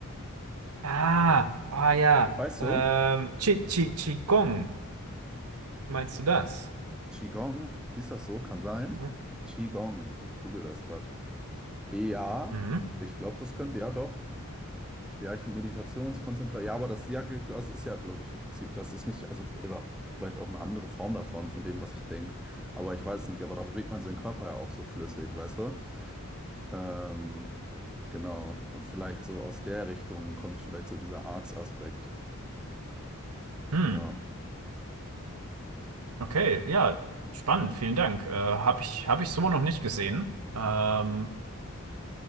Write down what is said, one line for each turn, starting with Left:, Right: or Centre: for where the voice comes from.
Right: Ah, ah ja.
Centre: Weißt
Right: Ähm,
Centre: du?
Right: Chi Chi Qigong. Meinst du das?
Centre: Qigong, hieß das so? Kann sein.
Right: Ja.
Centre: Qigong. Ich google das gerade. Ja,
Right: Mhm.
Centre: ich glaube, das könnte, ja doch. Ja, ich Meditationskonzentration. Ja, aber das ja, ge- also ist ja, glaube ich, im Prinzip, das ist nicht, also oder vielleicht auch eine andere Form davon, von dem, was ich denke. Aber ich weiß es nicht. Aber da bewegt man seinen Körper ja auch so flüssig, weißt du? Ähm, genau. Und vielleicht so aus der Richtung kommt vielleicht so dieser Arts-Aspekt.
Right: Hm.
Centre: Ja.
Right: Okay, ja, spannend, vielen Dank. Äh, habe ich, hab ich so noch nicht gesehen. Ähm,